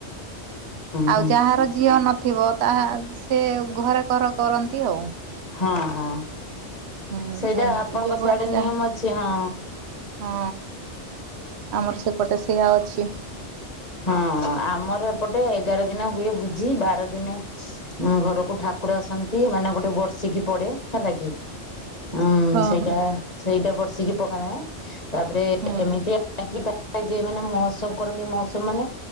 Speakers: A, on the right (about 70°); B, on the left (about 35°).
A: ଆଉ
B: ହୁଁ।
A: ଯାହାର ଝିଅ ନଥିବ ତାହା ସେ ଘରେ କର କରନ୍ତି ଆଉ।
B: ହଁ ହଁ
A: ହୁଁ
B: ସେଇଟା
A: ଏମିତି
B: ଆପଣଙ୍କ
A: ଯୋଉଆଡେ
B: ସେଆଡେ
A: ଯାହା
B: ନିୟମ ଅଛି ହଁ।
A: ହଁ ଆମର ସେପଟେ ସେୟା ଅଛି।
B: ହଁ ଆମର ଏପଟେ ଏଗାର ଦିନ ହୁଏ ଭୋଜି ବାର ଦିନେ ଉଁ ଘରକୁ ଠାକୁର ଆସନ୍ତି ମାନେ ଗୋଟେ ବର୍ଷିକି ପଡେ ହେଲା କି? ଉୁଁ
A: ହଁ
B: ସେଇଟା
A: ହଁ।
B: ସେଇଟା ବର୍ଷିକି ପକାଣେ ତାପରେ
A: ହୁଁ
B: ଏମିତି ଆ <unintelligible> ଯିଏ ମାନେ ମହୋତ୍ସବ କରନ୍ତି ମହୋତ୍ ସମାନେ